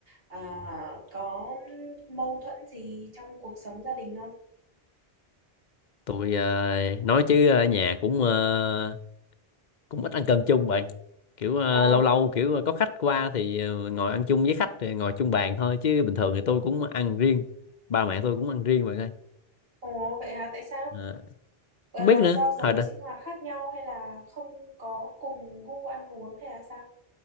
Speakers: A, on the right; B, on the left.
A: À, có mâu thuẫn gì trong cuộc sống gia đình không?
B: tôi ờ, nói chứ ở nhà cũng ờ, cũng ít ăn cơm chung bạn kiểu ờ,
A: Ờ,
B: lâu lâu kiểu có khách qua thì ờ, ngồi ăn chung với khách thì ngồi chung bàn thôi chứ bình thường thì tôi cũng ăn riêng ba mẹ tôi cũng ăn riêng bạn ơi
A: ồ vậy hả? Tại sao?
B: Ờ,
A: À,
B: không biết nữa
A: do giờ
B: hồi đó
A: sinh hoạt khác nhau hay là không có cùng gu ăn uống hay là sao?